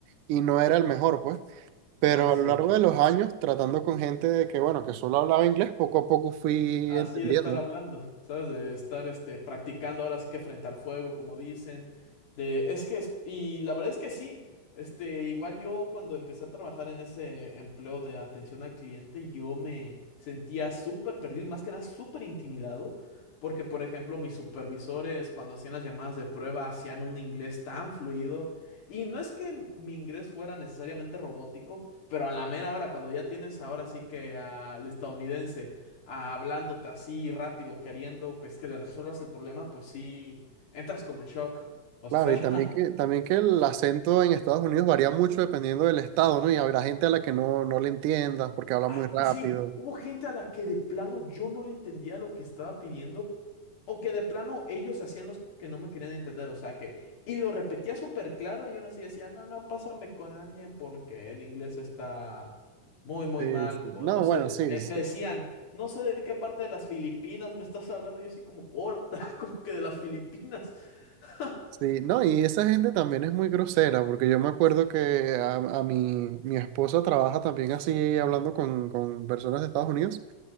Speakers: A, on the right (about 85°); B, on the left (about 85°).
A: y no era el mejor, pues. Pero
B: Ah, sí.
A: a lo largo de los años, tratando con gente de que, bueno, que solo hablaba inglés, poco a poco fui
B: Así
A: entendiendo.
B: de estar hablando, ¿sabes? De estar este, practicando ahora sí que frente al fuego, como dicen. De, es que, es- y la verdad es que sí. Este, igual yo cuando empecé a trabajar en ese empleo de atención al cliente, yo me sentía súper perdido y más que nada súper intimidado, porque por ejemplo mis supervisores cuando hacían las llamadas de prueba hacían un inglés tan fluido y no es que mi inglés fuera necesariamente robótico, pero a la mera hora, cuando ya tienes ahora sí que al estadounidense a- hablándote así rápido, queriendo pues que le resuelvas el problema, pues sí, entras como en shock. O
A: Claro,
B: sea,
A: y también
B: <laughs>
A: que, también que el acento en Estados Unidos varía mucho dependiendo del estado, ¿no? Y habrá gente a la que no, no le entiendas porque habla
B: ah,
A: muy rápido.
B: y sí, hubo gente a la que de plano yo no le entendía lo que estaba pidiendo o que de plano ellos hacían los que no me querían entender, o sea que, y lo repetía súper claro y aún así decía, no, no, pásame con alguien porque el inglés está muy, muy
A: Sí,
B: mal,
A: sí.
B: o
A: No,
B: no sé,
A: bueno, sí,
B: me,
A: sí,
B: me decían, no sé de qué parte de las Filipinas me estás hablando, y yo así como, hola, <laughs> como que de las Filipinas. <laughs>
A: sí. No, y esa gente también es muy grosera, porque yo me acuerdo que a, a mi, mi esposa trabaja también así hablando con, con personas de Estados Unidos,